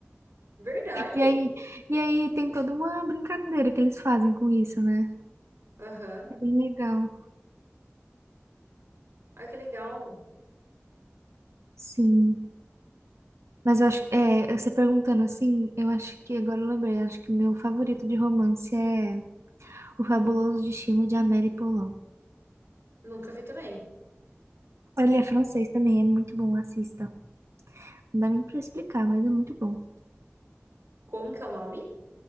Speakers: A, on the right; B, on the right.
A: Verdade.
B: E aí, e aí tem toda uma brincadeira que eles fazem com isso, né?
A: Aham.
B: É bem legal.
A: Ah, que legal.
B: Sim. Mas eu acho, é, você perguntando assim, eu acho que agora eu lembrei, acho que meu favorito de romance é O Fabuloso Destino de Amélie Poulain.
A: Nunca vi também.
B: Ele é francês também, é muito bom, assista. Não dá nem pra explicar, mas é muito bom.
A: Como que é o nome?